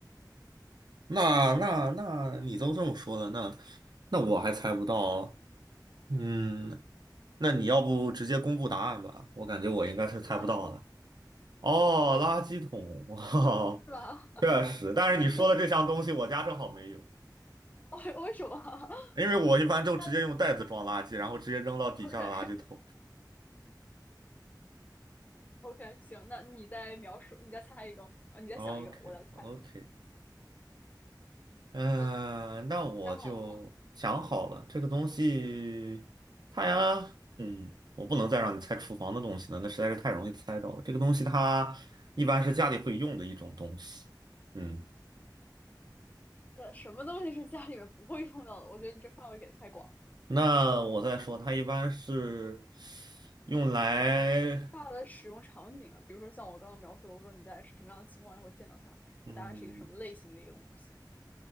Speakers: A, on the right (about 65°); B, on the left (about 20°).
A: 那那那你都这么说了，那那我还猜不到。嗯，那你要不直接公布答案吧？我感觉我应该是猜不到的。
B: 垃圾桶，
A: 哦，垃圾桶，哦，
B: 是吧？<laughs>
A: 确实。
B: 我们是的。
A: 但是你说的这项东西，我家正好没有，
B: 哦，为什么？OK
A: 因为我一般都直接用袋子装垃圾，
B: <laughs> 家里
A: 然后直接扔到底下的垃圾桶。
B: OK，<laughs> OK，行，那你再描述，你再猜一个啊，你再想一个，
A: OK
B: 我再猜。
A: OK，嗯、
B: 啊，
A: 呃那我就想好了，
B: 你想好了吗？
A: 这个东西，它呀，嗯，我不能再让你猜厨房的东西了，那实在是太容易猜到了。这个东西它一般是家里会用的一种东西，嗯，
B: 呃，什么东西是家里面不会用到的？我觉得你这范围给的太广
A: 那我再说，它一般是用来，
B: 大的使用场景啊，比如说像我刚刚描述的，我说你在什么样的情况下会见到它，
A: 嗯，
B: 它大概是一个什么类型的一个东西，